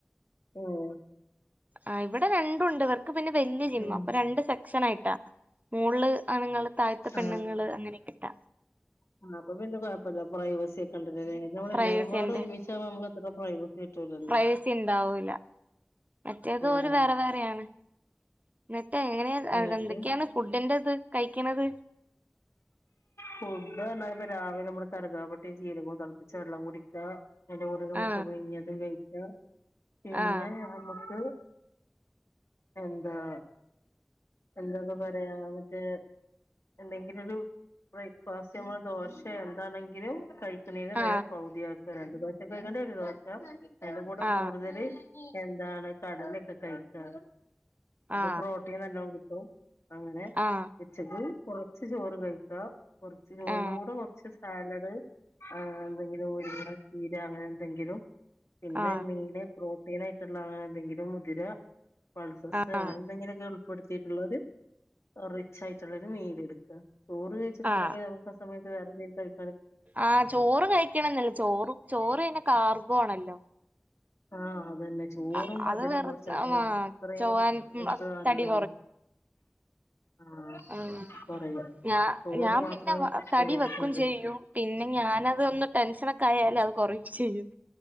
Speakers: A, on the left; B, on the right.
A: ഉം
B: ആ ഇവിടെ രണ്ടു ഉണ്ട് ഇവർക്ക് പിന്നെ വെല്യ ജിമ്മാ
A: ഉം
B: അപ്പ രണ്ട് സെക്ഷനായിട്ടാ മോളില് ആണുങ്ങള് താഴത്ത് പെണ്ണ്ങ്ങള്
A: ആഹ്
B: അങ്ങനെ ആക്കീട്ടാ
A: ആഹ് അപ്പ പിന്നെ കൊഴപ്പയില്ല പ്രൈവസി ഒക്കെണ്ടല്ലോ ല്ലേ ഇതു നമ്മള്
B: പ്രൈവസി
A: എല്ലാരുംപാട്
B: ഉണ്ട്
A: ഒരുമിച്ചാവുമ്പം നമ്മക്കത്ര പ്രൈവസി കിട്ടൂലല്ലോ
B: പ്രൈവസി ഇണ്ടാവൂല മറ്റേത്
A: ഉം
B: ഓര് വേറെ വേറെയാണ് ഇന്നിട്ട് എങ്ങനെയാ
A: എന്നിട്ട്
B: എന്തൊക്കെയാണ് ഫുഡിന്റെത് കഴിക്കണത്
A: ഫുഡ് പറഞ്ഞാല് ഇപ്പ രാവിലെ നമ്മള് കറുകാ പട്ടയും ജീരകവും തെളപ്പിച്ച വെള്ളം കുടിക്കാ അതിന്റെ കൂടെ ഒരു
B: ആ
A: മുട്ട പുഴുങ്ങിയതും കഴിക്കാ പിന്നെ
B: ആ
A: നമ്മക്ക് എന്താ എന്താപ്പ പറയാ മറ്റേ എന്തെങ്കിലൊരു ബ്രേക്ക്ഫാസ്റ്റ് നമ്മൾ ദോശെ എന്താണെങ്കിലും കഴിക്കണേൻ്റെ
B: ആ
A: നേർ പകുതിയാ രണ്ടു ദോശ കഴിക്കണ്ടേ ഒരു ദോശ അയിന്റെ കൂടെ
B: ആ
A: കൂടുതല് എന്താണ് കടലൊക്കെ കഴിക്കാറ് അപ്പൊ
B: ആ
A: പ്രോട്ടീൻ നല്ലോക്കിട്ടും അങ്ങനെ
B: ആ ആ
A: ഉച്ചക്ക് കൊറച്ച് ചോറ് കഴിക്കാ കൊറച്ച് ചോറിന്റെ
B: ആ
A: കൂടെ കൊറച്ച് സാലഡ് ആഹ് എന്തെങ്കിലും മുരിങ്ങാ ചീര അങ്ങനെ എന്തെങ്കിലും പിന്നെ
B: ആ
A: മീന് പ്രോട്ടീനായിട്ടുള്ള എന്തെങ്കിലും മുതിര പൾസസ്സ്
B: ആ
A: അങ്ങനെ എന്തെങ്കിലൊക്കൊള്ളു പെടുത്തിട്ടുള്ളോരു റിച്ച് ആയിട്ടുള്ള ഒരു മീൽ എടുക്കാ ചോറ് കഴിച്ചിട്ടില്ലെങ്കിൽ
B: ആ
A: നമ്മക്ക് സമയത്ത് വേറെന്തെ കഴി
B: ആഹ് ചോറ് കഴിക്കണന്നില്ല ചോറ് ചോറ്പിന്നേ കാർബോ ആണല്ലോ
A: ആഹ് അതന്നെ ചോറും
B: അ-
A: മധുരം
B: അത് വെറു
A: കൊറച്ചാ
B: ആ
A: തന്നെ അത്രയും
B: ചൊവ്വാൻ
A: <unintelligible>
B: തടി
A: നല്ലതാ ആഹ്
B: ഉം
A: കൊറയും
B: ഞാ
A: ചോറ്
B: ഞാൻ
A: മാത്രം
B: പിന്നെ തടി
A: ഒഴിവാക്കാതെ
B: വെക്കും ചെയ്യും പിന്നെ ഞാനത് ഒന്ന് ടെൻഷനൊക്കെ ആയാല് അത് കൊറയും ചെയ്യും